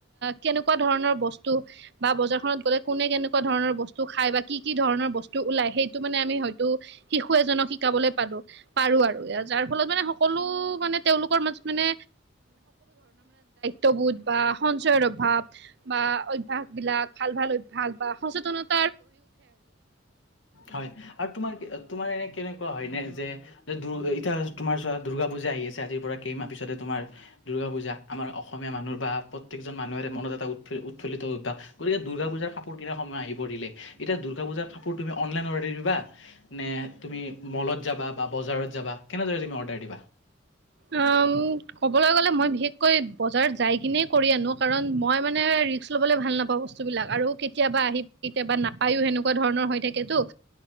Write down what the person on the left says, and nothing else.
হয় আৰু তোমাৰ কি তোমাৰ এনে কেনেকুৱা হয় এনে যে দুৰ এতিয়া তোমাৰ চোৱা দুৰ্গা পূজা আহি আছে আজিৰ পৰা কেইমাহ পিছতে তোমাৰ আমাৰ দুৰ্গা পূজা আমাৰ অসমীয়া মানুহৰ বা প্ৰত্যেকজন মানুহৰে মনত এটা উৎফি - উৎফুল্লিত অভ্যাস গতি এতিয়া দুৰ্গা পূজাৰ কাপোৰ কিনাৰ সময় আহি পৰিলে। এতিয়া দূৰ্গা পুজাৰ কাপোৰ তুমি অনলাইন অৰ্ডাৰ দিবা নে তুমি মলত যাবা বা বজাৰত যাবা কেনেদৰে তুমি অৰ্ডাৰ দিবা?